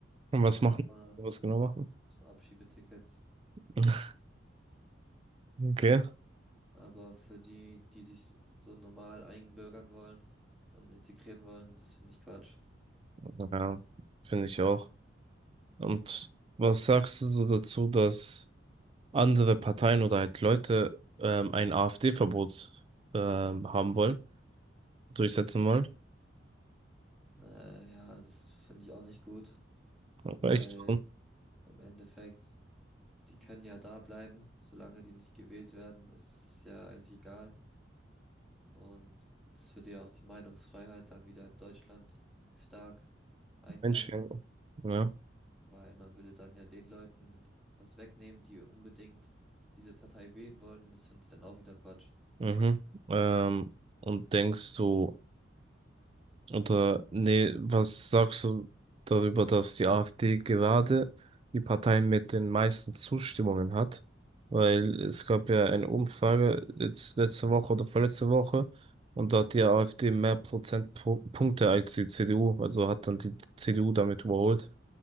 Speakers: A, on the right; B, in the centre.
A: und was
B: aber
A: machen? Was genau machen?
B: so Abschiebetickets.
A: <laughs> Okay,
B: Aber für die, die sich so so normal einbürgern wollen und integrieren wollen, das finde ich Quatsch.
A: ja, finde ich auch. Und was sagst du so dazu, dass andere Parteien oder halt Leute ähm, ein AfD-Verbot ähm, haben wollen, durchsetzen wollen?
B: Äh, ja, das finde ich auch nicht gut,
A: Ja,
B: weil
A: Echt?
B: im Endeffekt, die können ja da bleiben, solange die nicht gewählt werden, ist ja eigentlich egal. Und das würde ja auch die Meinungsfreiheit dann wieder in Deutschland stark eindämmen.
A: Einschränken. Ja.
B: Weil man würde dann ja den Leuten was wegnehmen, die unbedingt diese Partei wählen wollen. Und das finde ich dann auch wieder Quatsch.
A: Mhm. Ähm, und denkst du, oder nee, was sagst du darüber, dass die AfD gerade die Partei mit den meisten Zustimmungen hat? Weil es gab ja eine Umfrage letz- letzte Woche oder vorletzte Woche und da hat die AfD mehr Prozentpunkte als die CDU, also hat dann die CDU damit überholt.